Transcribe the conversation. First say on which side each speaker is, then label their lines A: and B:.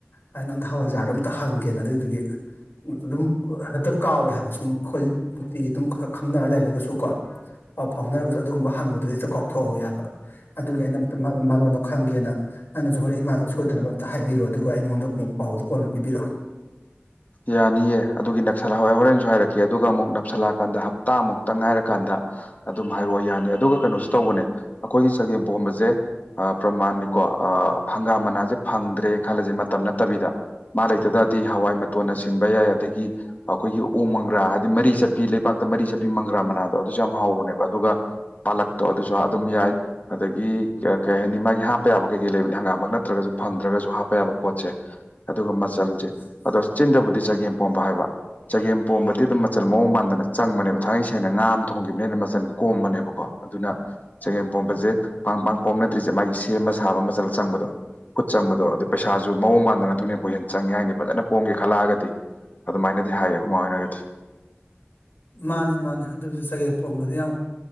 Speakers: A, on the left; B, on the left.
A: ꯑꯩ ꯅꯉꯣꯟꯗ ꯍꯋꯥꯏꯖꯥꯔꯗꯣ ꯑꯝꯇ ꯍꯪꯒꯦꯅ ꯑꯗꯨꯏꯗꯨꯒꯤ ꯑꯗꯨꯝ ꯍꯦꯛꯇ ꯀꯥꯎꯋꯦ ꯍꯥꯏꯕ ꯁꯨꯝ ꯑꯩꯈꯣꯏ ꯅꯨꯡꯛꯇꯤꯒꯤ ꯑꯗꯨꯝ ꯈꯪꯅꯔ ꯂꯩꯔꯒꯁꯨ ꯀꯣ ꯄꯥꯎ ꯐꯥꯎꯅꯔꯒꯁꯨ ꯑꯗꯨꯒꯨꯝꯕ ꯍꯪꯕꯗꯨꯗꯤ ꯍꯦꯛꯇꯥ ꯀꯥꯎꯊꯣꯛꯍꯧꯏ ꯍꯥꯏꯕ ꯑꯗꯨꯒꯤ ꯑꯩꯅ ꯃꯔꯣꯟꯗꯣ ꯈꯪꯒꯦꯅ <unintelligible> ꯅꯪꯩꯅꯁꯨ ꯍꯣꯔꯦꯟ ꯏꯃꯥꯗ ꯁꯣꯏꯗꯅꯕ ꯑꯝꯇ ꯍꯥꯏꯕꯤꯔꯣ ꯑꯗꯨꯒ ꯑꯩꯉꯣꯟꯗ ꯑꯃꯨꯛ ꯄꯥꯎꯗꯣ ꯀꯣꯟꯅ ꯄꯤꯕꯤꯔꯛꯑꯣ
B: ꯌꯥꯅꯤꯌꯦ ꯑꯗꯨꯒꯤ ꯅꯞꯁꯜꯂ ꯍ ꯍꯣꯔꯦꯟꯁꯨ ꯍꯥꯏꯔꯛꯀꯦ ꯑꯗꯨꯒ ꯑꯃꯨꯛ ꯅꯞꯁꯜꯂꯛꯑꯀꯥꯟꯗ ꯍꯞꯇꯥꯃꯨꯛꯇꯪ ꯉꯥꯏꯔꯀꯥꯟꯗ ꯑꯗꯨꯝ ꯍꯥꯏꯔꯛꯑꯣ ꯌꯥꯅꯤ ꯑꯗꯨꯒ ꯀꯩꯅꯣꯁꯨ ꯇꯧꯕꯅꯦ ꯑꯩꯈꯣꯏꯒꯤ ꯆꯒꯦꯝ ꯄꯣꯝꯕꯁꯦ ꯑ ꯄ꯭ꯔꯃꯥꯟꯅꯤꯀꯣ ꯑ ꯍꯪꯒꯥꯝ ꯃꯅꯥꯁꯦ ꯐꯪꯗ꯭ꯔꯦ ꯈꯜꯂꯁꯦ ꯃꯇꯝ ꯅꯠꯇꯕꯤꯗ ꯃꯥ ꯂꯩꯇ ꯇꯔꯗꯤ ꯍꯋꯥꯏ ꯃꯇꯣꯟꯅ ꯁꯤꯟꯕ ꯌꯥꯏ ꯑꯗꯒꯤ ꯑꯩꯈꯣꯏꯒꯤ ꯎ ꯃꯪꯒ꯭ꯔꯥ ꯍꯥꯏꯗꯤ ꯃꯔꯤ ꯆꯠꯄꯤ ꯂꯩꯕꯥꯛꯇ ꯃꯔꯤ ꯆꯠꯄꯤ ꯃꯪꯒ꯭ꯔꯥ ꯃꯅꯥꯗꯣ ꯑꯗꯨꯁꯨ ꯌꯥꯝ ꯍꯥꯎꯕꯅꯦꯕ ꯑꯗꯨꯒ ꯄꯥꯜꯂꯛꯇꯣ ꯑꯗꯨꯁꯨ ꯑꯗꯨꯝ ꯌꯥꯏ ꯑꯗꯒꯤ ꯀꯩ ꯍꯥꯏꯅꯤ ꯃꯥꯒꯤ ꯍꯥꯞꯄ ꯌꯥꯕ ꯀꯩꯀꯩ ꯂꯩꯕꯅꯤ ꯍꯪꯒꯥꯝꯃꯛ ꯅꯠꯇ꯭ꯔꯒꯁꯨ ꯐꯪꯗ꯭ꯔꯒꯁꯨ ꯍꯥꯞꯄ ꯌꯥꯕ ꯄꯣꯠꯁꯦ ꯑꯗꯨꯒ ꯃꯆꯜꯁꯦ
A: <inaudible>
B: ꯑꯗꯣ ꯆꯤꯟꯗꯕꯨꯗꯤ ꯆꯒꯦꯝ ꯄꯣꯝꯕ ꯍꯥꯏꯕ ꯆꯒꯦꯝ ꯄꯣꯝꯕꯗꯤ ꯑꯗꯨꯝ ꯃꯆꯜ ꯃꯑꯣꯡ ꯃꯥꯟꯗꯅ ꯆꯪꯕꯅꯦꯕ ꯊꯥꯡꯒꯩ ꯁꯦꯡꯅ ꯉꯥ ꯑꯃ ꯊꯣꯡꯈꯤꯕꯅꯤꯅ ꯃꯆꯜ ꯀꯣꯝꯕꯅꯦꯕꯀꯣ ꯑꯗꯨꯅ ꯆꯒꯦꯝ ꯄꯣꯝꯕꯁꯦ ꯄꯥꯡ ꯄꯥꯡ ꯄꯣꯝꯅꯗ꯭ꯔꯤꯁꯦ ꯃꯥꯒꯤ ꯁꯦꯝꯕ ꯁꯥꯕ ꯃꯆꯜ ꯆꯪꯕꯗꯣ ꯈꯨꯠ ꯆꯪꯕꯗꯣ ꯑꯗꯨ ꯄꯩꯁꯥꯁꯨ ꯃꯑꯣꯡ ꯃꯥꯟꯗꯅ ꯑꯗꯨꯅꯕꯨ ꯍꯦꯟꯅ ꯆꯪꯉꯦ ꯍꯥꯏꯅꯤ ꯐꯖꯅ ꯄꯣꯝꯒꯦ ꯈꯜꯂꯛꯑꯒꯗꯤ ꯑꯗꯨꯃꯥꯏꯅꯗꯤ ꯍꯥꯏꯌꯦ ꯑꯩꯈꯣꯏ ꯃꯥ ꯍꫭꯏꯅꯒꯗꯤ
A: ꯃꯥꯅꯤ ꯃꯥꯅꯤ ꯑꯗꯨꯗꯤ ꯆꯒꯦꯝ ꯄꯣꯝꯕꯗꯤ ꯌꯥꯝ